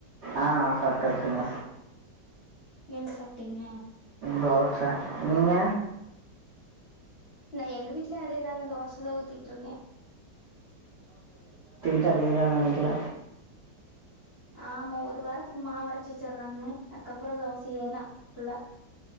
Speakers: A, on the right (about 65°); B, on the left (about 55°).
A: அ நா சாப்டாச்சுங்க
B: என்ன சாப்டீங்க
A: தோச நீங்க
B: நா எங்க வீட்லே அதேதாங்க தோசதா ஊத்திட்ருக்கே
A: <unintelligible> அதேதா நெனைக்கிற
B: ஆமா ஒரு வாரத்துக்கு மாவரச் வெச்சுறாங்க அத்கப்புறோ தோசையேதா ஃபுல்லா